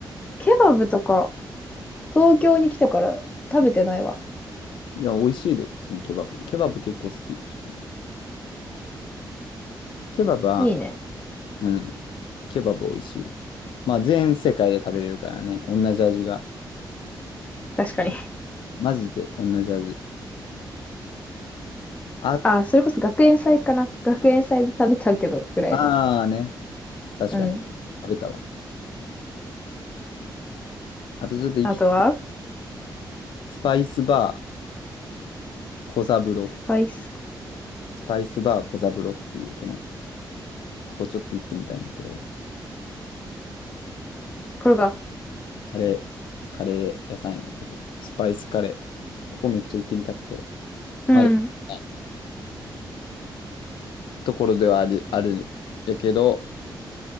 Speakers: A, on the left; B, on the left.
A: ケバブとか、東京に来てから食べてないわ。
B: いや、美味しいで、普通にケバブ。ケバブ結構好き。自分ケバブは、
A: いいね。
B: うん。ケバブ美味しい。まあ、全世界で食べれるからね。同じ味が。
A: 確かに。
B: マジで同じ味。
A: <laughs>
B: あ、
A: ああ、それこそ学園祭かな。学園祭で食べたけど、ぐらいの。
B: あーね。確かに。
A: うん。
B: 食べたわ。あとちょっと生きて、
A: あとは、
B: スパイスバー小三郎、
A: スパイス。
B: スパイスバー小三郎っていう、この、ここちょっと行ってみたいんやけど、
A: これが。
B: カレー、カレー屋さんやねんけど、スパイスカレー、ここめっちゃ行ってみたくて、
A: うん。
B: まだ行ってないところではあり、あるやけど、